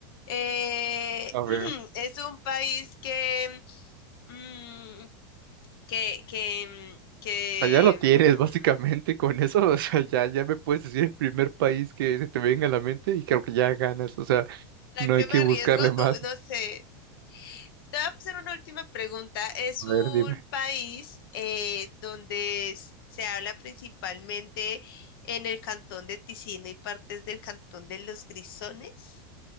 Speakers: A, on the left; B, on the right.
A: Eh,
B: A ver.
A: <clears throat> es un país que, mm, que, que, mm, que,
B: O sea, ya lo tienes <laughs> básicamente
A: mm,
B: con eso, o sea, ya, ya me puedes decir el primer país que se te venga a la mente y creo que ya ganas, o sea,
A: ¿para
B: no
A: qué
B: hay que
A: me arriesgo
B: buscarle más.
A: tú? No sé. Te voy a hacer una última pregunta. Es
B: A ver,
A: un
B: dime.
A: país eh, donde s- se habla principalmente en el cantón de Ticino y partes del cantón de los Grisones.